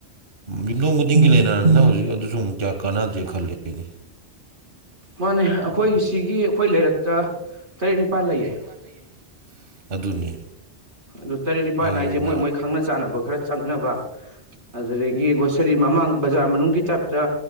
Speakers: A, on the right; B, on the right.
A: ꯌꯨꯝꯗꯣꯡ ꯈꯨꯗꯤꯡꯒꯤ ꯂꯩꯅꯔꯕꯅꯤꯅ ꯍꯧꯖꯤꯛ ꯑꯗꯨꯁꯨ ꯑꯃꯨꯛ ꯀꯌꯥ ꯀꯥꯟꯅꯗ꯭ꯔꯦ ꯈꯜꯂꯤ ꯑꯩꯗꯤ
B: ꯃꯥꯅꯦ ꯑꯩꯈꯣꯏ ꯁꯤꯒꯤ ꯑꯩꯈꯣꯏ ꯂꯩꯔꯛꯇ ꯇꯔꯦꯠ ꯅꯤꯄꯥꯜ ꯂꯩꯌꯦ
A: ꯄꯥꯟ ꯂꯩꯌꯦ ꯑꯗꯨꯅꯤ
B: ꯑꯗꯨ ꯇꯔꯦꯠ ꯅꯤꯄꯥꯜ
A: ꯑꯗꯨꯗ
B: ꯍꯥꯏꯖꯦ ꯃꯣꯏ ꯃꯣꯏ ꯈꯪꯅ ꯆꯥꯟꯅꯕ ꯈꯔ ꯆꯪꯅꯕ ꯑꯗꯨꯗꯒꯤ ꯒꯣꯁ ꯇꯔꯤ ꯃꯃꯥꯡ ꯕꯖꯥꯔ ꯃꯅꯨꯡꯒꯤ ꯇꯥꯏꯞꯇ